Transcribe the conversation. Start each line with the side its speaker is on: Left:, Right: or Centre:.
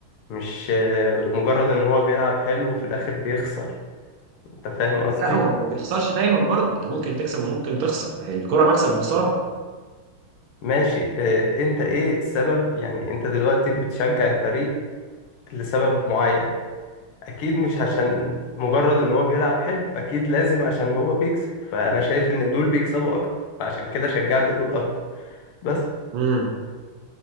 Left: مش آه، لمجرد ان هو بيلعب حلو وفي الاخر بيخسر انت فاهم قصدي
Right: لا هو ما بتخسرش دايما برضه أنت ممكن تكسب وممكن تخسر ما هي الكرة مكسب وخسارة
Left: ماشي آه، انت ايه السبب يعني انت دلوقتي بتشجع الفريق لسبب معين اكيد مش عشان مجرد ان هو بيلعب حلو اكيد لازم عشان هو بيكسب فانا شايف ان دول بيكسبوا اكتر فعشان كده شجعت دول اكتر بس
Right: امم